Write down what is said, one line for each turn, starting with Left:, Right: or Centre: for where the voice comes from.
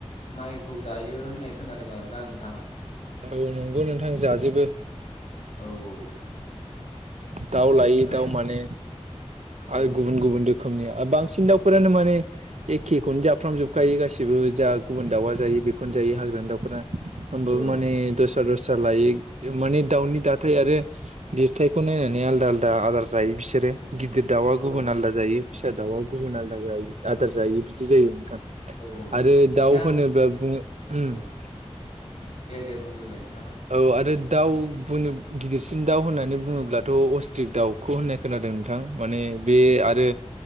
Left: माइखौ जायो होननाय खोनादों आरोना नोंथां
Right: औ नंगौ नोंथां जाजोबो
Left: औ औ औ
Right: दाउ
Left: बेनिफ्राय
Right: लायै दाउ माने
Left: औ
Right: आरो गुबुन गुबुन रोखोमनिया बांसिन दाउफोरानो माने एखेखौनो जाफ्रामजोबखायो गासिबो जा गुबुन दाउआ जायो। बेखौनो जायो हाग्रा दाफोरा होमबाबो
Left: औ
Right: माने दस दस लायो माने दाउनि दाथाय आरो लिरथायखौ नायनानै आलदा आलदा आदार जायो बिसोरो गिदिर दाउआ
Left: औ औ
Right: गुबुन आलादा जायो फिसा दाउआ गुबुन आलादा जायो आदार जायो बिदि जायो नोंथां।
Left: औ औ
Right: आरो
Left: नोंथां
Right: दाउ होनोब्ला <unintelligible>
Left: औ दे दे बुंग्रोलाय नोंथाङा
Right: औ आरो दाउ बनो गिदिरसिन दाउ होननानै बुङोब्लाथ' अस्ट्रिक दाउखौ होननाय खोनादों नोंथां माने बे आरो